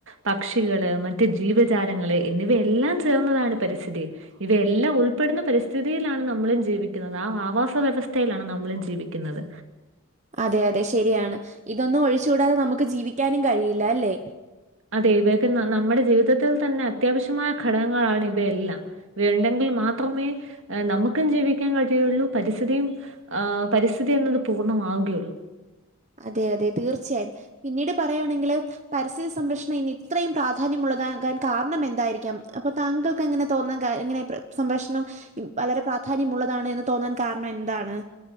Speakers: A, on the right; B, on the right.
A: പക്ഷികള്, മറ്റ് ജീവജാലങ്ങള് എന്നിവയെല്ലാം ചേർന്നതാണ് പരിസ്ഥിതി. ഇത്എല്ലാം ഉൾപ്പെടുന്ന പരിസ്ഥിതിയിലാണ് നമ്മളും ജീവിക്കുന്നത്. ആ ആവാസ വ്യവസ്ഥ തയിലാണ് നമ്മളും ജീവിക്കുന്നത്.
B: അതെ അതെ ശരിയാണ് ഇതൊന്നും ഒഴിച്ചുകൂടാതെ നമുക്ക് ജീവിക്കാനും കഴിയില്ല അല്ലേ?
A: അതെ ഇവയ്ക്ക് ന നമ്മുടെ ജീവിതത്തിൽ തന്നെ അത്യാവശ്യമായ ഘടകങ്ങളാണ് ഇവയെല്ലാം. വേണ്ടെങ്കിൽ മാത്രമേ എ നമുക്കും ജീവിക്കാൻ കഴിയുള്ളൂ പരിസ്ഥിതിയു ആഹ് പരിസ്ഥിതിയെന്നത് പൂർണ്ണമാവുകയുള്ളൂ.
B: അതെ അതെ തീർച്ചയായും പിന്നീട് പറയാണെങ്കില് - പരിസ്ഥിതി സംരക്ഷണം ഇന്ന് ഇത്രയും പ്രാധാന്യമുള്ളതാകാൻ കാരണം എന്തായിരിക്കാം? അപ്പൊ താങ്കൾ ക്ക്ങ്ങനെ തോന്നാൻ കാ എങ്ങനെ പ്ര സംരക്ഷണം വളര പ്രാധാന്യമുള്ളതാണ് എന്ന് തോന്നാൻ കാരണം എന്താണ്?